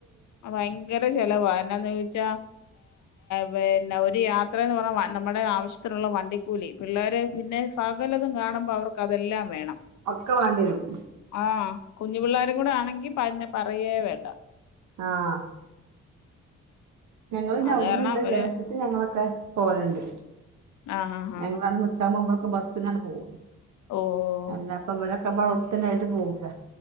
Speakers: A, on the left; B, on the right.
A: ഭയങ്കര ചല വാ എന്നാന്ന് ചോദിച്ചാ പിന്നെ ഒരു യാത്രേന്ന് പറഞ്ഞാ നമ്മുടെ ആവശ്യത്തിനുള്ള വണ്ടിക്കൂലി പിള്ളേരേ പിന്നെ സകലതും കാണുമ്പോ അവർക്ക് അതെല്ലാം വേണം
B: ഒക്കെ വേണ്ടി വരും
A: ആഹ് കുഞ്ഞു പിള്ളാരും കൂടെ ആണെങ്കി പ്പന്നെ പറയേ വേണ്ട
B: ആഹ് ഞങ്ങള് പിന്നെ
A: അത്
B: അവിട്ന്ന്
A: കാരണം
B: പിന്നെ
A: ഒരു
B: ജേഷ്ടത്തി ഞങ്ങളൊക്കെ പോവല്ണ്ട്
A: ആഹ് ആഹ് ആഹ്
B: ഞങ്ങള <unintelligible> നിക്കാൻപോവുമ്പം ക്കെ ബസ്സിനാണ്ട് പോവും
A: ഓഹ്
B: അല്ല അപ്പം വടെ ല്ലപ്പ ഒത്ത്ണ്ടായിട്ട് പോവൂല്ല